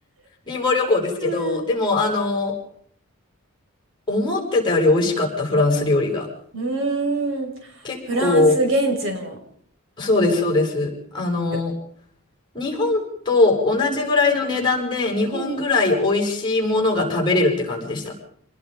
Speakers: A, on the left (about 20°); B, on the right (about 65°).
A: 貧乏旅行ですけど、
B: うん
A: でもあの、思ってたより美味しかったフランス料理が。
B: うーん。
A: 結構、
B: フランス現地の。
A: そうです、そうです。あの、
B: いや
A: 日本と同じぐらいの値段で、
B: うん
A: 日本ぐらい美味しいものが食べれるって感じでした。
B: うん